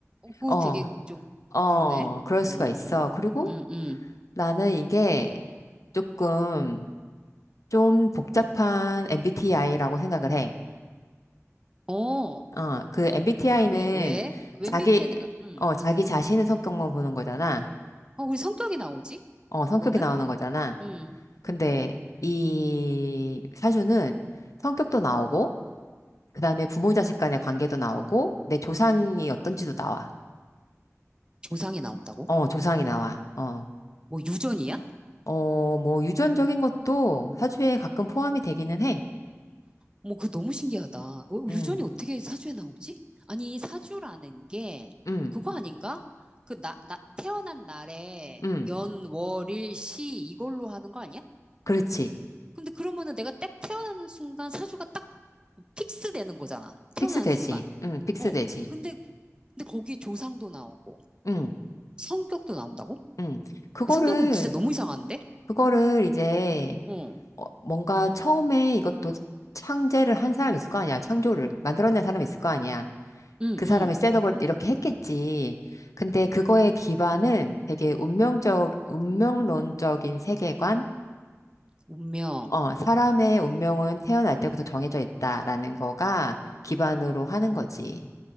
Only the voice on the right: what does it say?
그거
되게 좀
그러네.
어,
음,
음.
어,
왜, 왜? m
b t 니까 음.
어, 우리 성격이 나오지?
그거는?
음,
조상이 나온다고?
뭐 유전이야?
뭐 그거 너무 신기하다. 어, 유전이
어떻게 사주에 나오지? 아니, 사주라는 게
그거 아닌가? 그 나, 나, 태어난 날에
연, 월, 일, 시 이걸로 하는 거 아니야?
근데 그러면은 내가 딱 태어나는 순간 사주가 딱 픽스 되는 거잖아. 태어난
순간.
어. 근데, 근데 거기에 조상도 나오고,
성격도 나온다고?
성격은 진짜 너무 이상한데?
어.
응,
응.
운명.